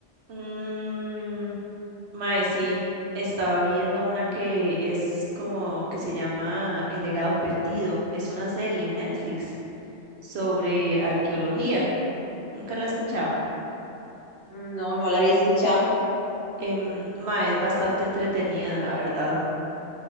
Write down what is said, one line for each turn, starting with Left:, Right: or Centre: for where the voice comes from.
Right: Mm, Mae, sí, estaba viendo una que es como que se llama El legado perdido. Es una serie en Netflix sobre arqueología. Nunca la he escuchado.
Left: Mm, No, no la había escuchado.
Right: Em, mae, es bastante entretenida, la verdad.